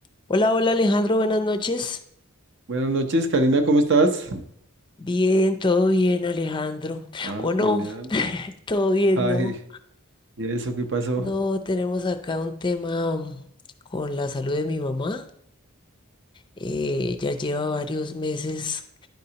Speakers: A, on the left (about 20°); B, on the right (about 55°).
A: Hola, hola Alejandro, buenas noches.
B: Buenas noches, Karina, ¿cómo estás?
A: Bien, todo bien Alejandro.
B: Ah,
A: ¿O no?
B: genial.
A: <laughs> Todo bien,
B: Ay,
A: ¿no?
B: ¿y eso qué pasó?
A: No, tenemos acá un tema mm, con la salud de mi mamá. Eh, ya lleva varios meses